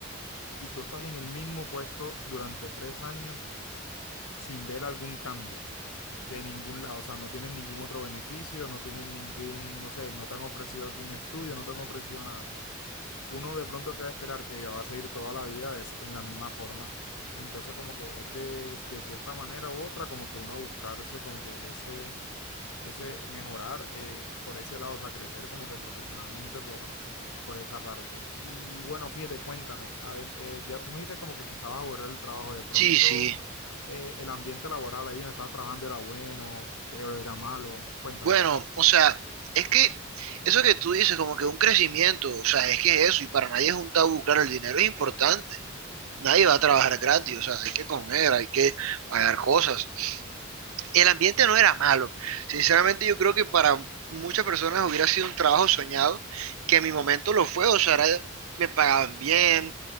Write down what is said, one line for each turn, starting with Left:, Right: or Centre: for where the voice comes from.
Left: y tú estás en el mismo puesto durante tres años sin ver algún cambio de ningún lado, o sea, no tienes ningún otro beneficio, no tienes ningún, no sé, no te han ofrecido algún estudio, no te han ofrecido nada uno de pronto que va a esperar que va a seguir toda la vida de es en la misma forma. Entonces, como que es de, de cierta manera u otra, como que uno buscarse, como que ese, ese mejorar eh, por ese lado, o sea, crecer como que profesionalmente por, por esa parte. Y bueno, fíjate, cuéntame, adem- eh, ya tú me dijiste como que, que estabas aburrido del trabajo, de pronto
Right: Sí, sí.
Left: eh, el ambiente laboral ahí donde estabas trabajando era bueno, te- era malo, cuéntame.
Right: Bueno, o sea, es que eso que tú dices, como que un crecimiento, o sea, es que es eso, y para nadie es un tabú, claro, el dinero es importante, Nadie va a trabajar gratis, o sea, hay que comer, hay que pagar cosas. El ambiente no era malo. Sinceramente, yo creo que para muchas personas hubiera sido un trabajo soñado, que en mi momento lo fue, o sea, era- me pagaban bien,